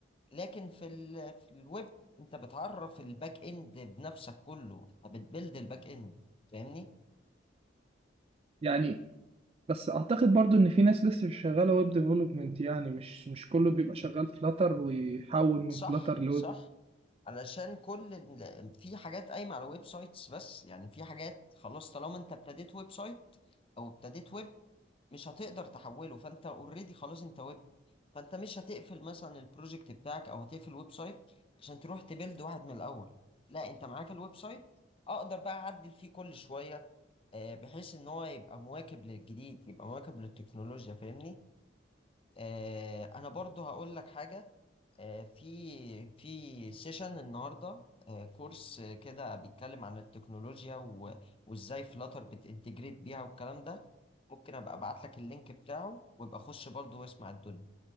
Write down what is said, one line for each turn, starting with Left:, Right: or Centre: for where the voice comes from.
Left: لكن في ال... في الويب انت بتعرف الباك اند بنفسك كله فبتبلد الباك اند فاهمني
Right: يعني بس اعتقد برضو ان في ناس لسه مش شغاله ويب ديفلوبمنت يعني مش مش كله بيبقى شغال فلاتر ويحول من
Left: صح
Right: فلاتر لويب
Left: صح علشان كل ال... في حاجات قايمه على ويب سايتس بس يعني في حاجات خلاص طالما انت ابتديت ويب سايت او ابتديت ويب مش هتقدر تحوله فانت اوريدي خلاص انت ويب فانت مش هتقفل مثلا البروجكت بتاعك او هتقفل الويب سايت عشان تروح تبيلد واحد من الاول لا انت معاك الويب سايت اقدر بقى اعدل فيه كل شويه آه، بحيث ان هو يبقى مواكب للجديد يبقى مواكب للتكنولوجيا فاهمني آه، انا برضو هقول لك حاجة آه، في في سيشن النهاردة آه، كورس آه، كده بيتكلم عن التكنولوجيا و- وازاي فلاتر بتنتجريت بيها والكلام ده ممكن ابقى ابعت لك اللينك بتاعه وابقى خش برضو واسمع الدنيا